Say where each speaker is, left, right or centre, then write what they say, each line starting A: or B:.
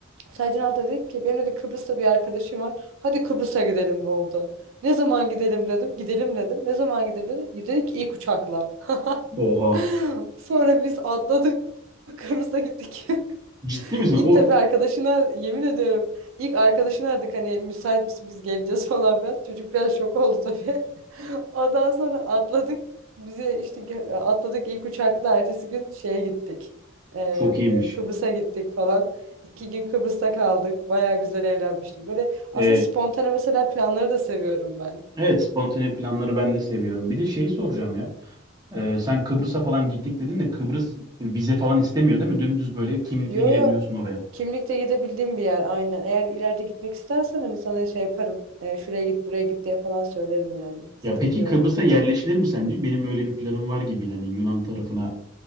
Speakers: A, on the right (about 90°); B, on the right (about 20°).
A: Sercan hatta dedi ki benim de Kıbrıs'ta bir arkadaşım var. Hadi Kıbrıs'a gidelim de oldu. Ne zaman gidelim dedim. Gidelim dedim. Ne zaman gidelim dedi. Dedik ki ilk uçakla.
B: Oha.
A: <laughs> Sonra biz atladık Kıbrıs'a gittik. <laughs>
B: Ciddi misin?
A: İlk
B: O
A: tabii arkadaşına yemin ediyorum. ilk arkadaşına aradık hani müsait misin biz geleceğiz <laughs> falan filan. Çocuk biraz şok oldu tabii. <laughs> Ondan sonra atladık. Bizi işte gö- atladık ilk uçakla ertesi gün şeye gittik. Ee,
B: çok iyiymiş.
A: e, Kıbrıs'a gittik falan. İki gün Kıbrıs'ta kaldık. Baya güzel eğlenmiştim. Böyle aslında
B: Ee,
A: spontane mesela planları da seviyorum ben.
B: evet spontane planları ben de seviyorum. Bir de şeyi soracağım ya. Ee, sen Kıbrıs'a falan gittik dedin de Kıbrıs vize falan istemiyor değil mi? Dümdüz böyle kimlikle
A: Yo
B: girebiliyorsun
A: yo
B: oraya.
A: kimlikle gidebildiğim bir yer aynen. Eğer ileride gitmek istersen hani sana şey yaparım. Ee, şuraya git buraya git diye falan söylerim yani. Sıkıntı
B: Ya peki
A: yok.
B: Kıbrıs'a yerleşilir mi sence? Benim öyle bir planım var gibiydi. Hani Yunan tarafına,